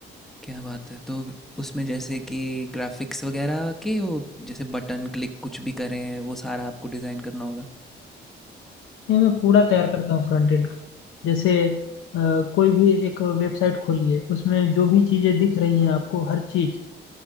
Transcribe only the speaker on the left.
ये मैं पूरा तैयार करता हूँ फ्रंट एंड का जैसे अ, कोई भी एक वेबसाइट खोलिए उसमें जो भी चीज़ें दिख रही हैं आपको हर चीज़